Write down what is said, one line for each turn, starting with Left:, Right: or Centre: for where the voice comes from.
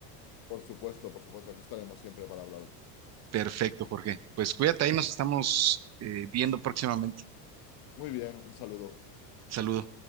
Left: Por supuesto, por supuesto, aquí estaremos siempre para hablar.
Right: Perfecto, Jorge. Pues cuídate, ahí nos estamos eh, viendo próximamente.
Left: Muy bien, un saludo.
Right: Saludos.